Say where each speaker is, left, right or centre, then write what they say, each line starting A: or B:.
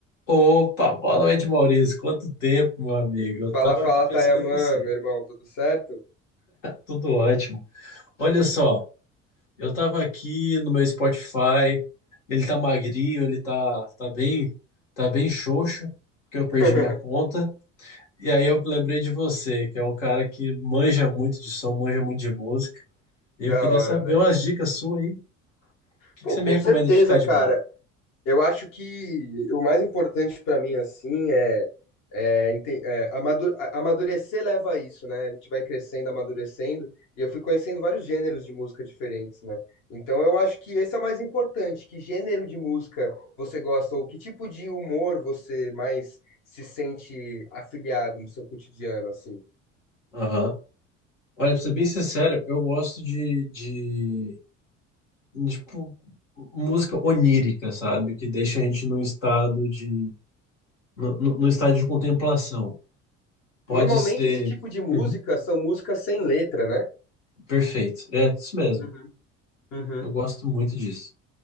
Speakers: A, on the left; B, on the left.
A: Opa, boa noite, Maurício. Quanto tempo, meu amigo? Eu
B: Fala,
A: tava
B: fala,
A: aqui pensando
B: Tayaman,
A: em você.
B: meu irmão, tudo certo?
A: Tudo ótimo. Olha só, eu tava aqui no meu Spotify. Ele tá magrinho, ele tá, tá bem, tá bem xoxo, porque eu perdi
B: <laughs>
A: minha conta. E aí eu lembrei de você, que é um cara que manja muito de som, manja muito de música. E
B: Da
A: eu queria
B: hora,
A: saber
B: velho.
A: umas dicas suas aí. O que
B: Pô,
A: que você
B: com
A: me recomenda
B: certeza,
A: de escutar de
B: cara.
A: bom?
B: Eu acho que o mais importante pra mim, assim, é, é, ente- é, amadu- a- amadurecer leva a isso, né? A gente vai crescendo, amadurecendo, e eu fui conhecendo vários gêneros de música diferentes, né? Então eu acho que esse é o mais importante. Que gênero de música você gosta, ou que tipo de humor você mais se sente afiliado no seu cotidiano, assim?
A: Aham. Olha, pra ser bem sincero, eu gosto de, de Tipo, música onírica, sabe? Que deixa a gente num estado de. no, no- no estado de contemplação. Pode
B: Normalmente
A: ser.
B: esse tipo de música
A: Uhum,
B: são músicas sem letra, né?
A: perfeito. É, isso mesmo.
B: Uhum, uhum.
A: Eu gosto muito disso.